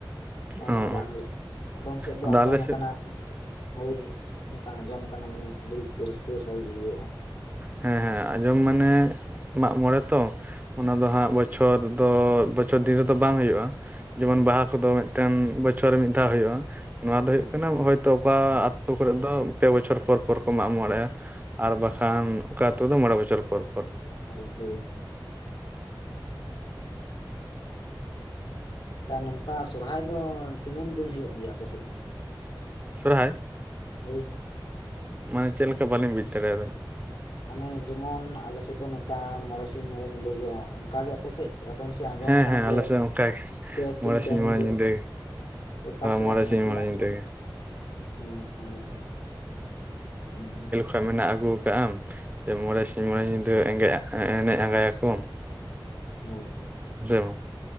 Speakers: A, on the left (about 80°); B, on the right (about 20°).
A: ᱚᱝᱠᱟ
B: ᱚ
A: ᱫᱚ ᱵᱟᱝ ᱦᱳᱭᱳᱜ-ᱟ ᱟᱫᱚᱢ ᱥᱮᱡ ᱫᱚ
B: ᱟᱫᱚ
A: ᱟᱸᱡᱚᱢ
B: ᱟᱞᱮ ᱥᱮᱫ
A: ᱠᱟᱱᱟ ᱦᱳᱭ ᱚᱝᱠᱟ ᱟᱸᱡᱚᱢ ᱠᱟᱱᱟ ᱢᱟᱱᱮ ᱟᱰᱤ ᱨᱟᱹᱥᱠᱟᱹ ᱥᱟᱦᱤᱡ ᱦᱩᱭᱩᱜ-ᱟ᱾
B: ᱦᱮᱸ ᱦᱮᱸ ᱟᱸᱡᱚᱢ ᱢᱟᱱᱮ ᱢᱟᱜ ᱢᱚᱬᱮ ᱛᱚ ᱚᱱᱟ ᱫᱚ ᱦᱟᱸᱜ ᱵᱚᱪᱷᱚᱨ ᱫᱚ ᱵᱚᱪ ᱪᱷᱚᱨ ᱫᱤᱱ ᱨᱮᱫᱚ ᱵᱟᱝ ᱦᱳᱭᱳᱜ-ᱟ ᱡᱮᱢᱚᱱ ᱵᱟᱦᱟ ᱠᱚᱫᱚ ᱢᱤᱫᱴᱮᱱ ᱵᱚᱪ ᱪᱷᱚᱨ ᱨᱮ ᱢᱤᱫ ᱫᱷᱟᱣ ᱦᱩᱭᱳᱜ-ᱟ ᱱᱚᱣᱟ ᱫᱚ
A: ᱦᱳᱭ
B: ᱦᱩᱭᱳᱜ ᱠᱟᱱᱟ ᱦᱚᱭᱛᱚ ᱚᱠᱟ ᱟᱛᱳ ᱠᱚᱨᱮᱫ ᱫᱚ ᱯᱮ ᱵᱚᱪᱷᱚᱨ ᱯᱚᱨ ᱯᱚᱨ ᱠᱚ ᱢᱟᱜ ᱢᱚᱬᱮᱜ-ᱟ ᱟᱨ ᱵᱟᱠᱷᱟᱱ ᱚᱠᱟ ᱟᱛᱳ ᱫᱚ ᱢᱚᱬᱮ ᱵᱚᱪᱷᱚᱨ ᱯᱚᱨ ᱯᱚᱨ᱾
A: <unintelligible> ᱛᱟ ᱱᱚᱝᱠᱟ ᱥᱚᱨᱦᱟᱭ ᱫᱚ ᱛᱤᱱᱟᱹᱢ ᱫᱤᱱ ᱦᱩᱭᱩᱜ ᱜᱮᱭᱟ, ᱟᱯᱮ ᱥᱮᱫ ᱫᱚ?
B: ᱥᱚᱨᱦᱟᱭ?
A: ᱦᱳᱭ ᱦᱳᱭ,
B: ᱢᱟᱱᱮ ᱪᱮᱫ ᱞᱮᱠᱟ? ᱵᱟᱞᱤᱧ ᱵᱩᱡᱽ ᱫᱟᱲᱮᱭᱟᱫᱟ᱾
A: ᱢᱟᱱᱮ ᱡᱮᱢᱚᱱ ᱟᱞᱮ ᱥᱮᱫ ᱫᱚ, ᱱᱚᱝᱠᱟ ᱢᱚᱬᱮ ᱥᱤᱧ ᱢᱚᱬᱮ ᱧᱤᱫᱟᱹᱭ ᱦᱩᱭᱩᱜ-ᱟ, ᱚᱱᱠᱟ ᱜᱮ ᱟᱯᱮ ᱥᱮᱡ? ᱟᱫᱚᱢ ᱥᱮᱜ ᱟᱸᱡᱚᱢᱟᱠᱟᱱᱟ
B: ᱦᱮᱸ ᱦᱮᱸ
A: ᱡᱮ,
B: ᱟᱞᱮ ᱥᱮᱫ ᱚᱱᱠᱟ ᱜᱮ
A: ᱯᱮ ᱥᱤᱧ
B: ᱢᱚᱬᱮ
A: ᱯᱮ ᱧᱤᱫᱟᱹ
B: ᱢᱚᱬᱮ ᱜᱮ
A: ᱚᱠᱟ ᱥᱮᱭᱟᱜ
B: ᱢᱚᱬᱮ
A: ᱱᱟᱥᱮᱭᱟᱜ
B: ᱥᱤᱧ ᱢᱚᱬᱮ
A: ᱟᱸᱡᱚᱢ
B: ᱧᱤᱫᱟᱹ ᱜᱮ
A: ᱦᱩᱸ, ᱦᱮᱸ ᱦᱮᱸ, ᱦᱩᱸ,
B: ᱠᱟᱜ ᱢᱮᱱᱟᱜ ᱟᱜᱩᱣᱟᱠᱟᱜ-ᱟᱢ, ᱡᱮ ᱢᱚᱬᱮ ᱥᱤᱧ ᱢᱚᱬᱮ ᱧᱤᱫᱟᱹ ᱮᱸᱜᱮᱜ ᱟᱜ ᱮᱱᱮᱡ ᱟᱸᱜᱟᱭᱟᱠᱚ᱾
A: ᱦᱳᱭ ᱦᱳᱭ,
B: ᱦᱮᱸ ᱥᱮ ᱵᱟᱝ,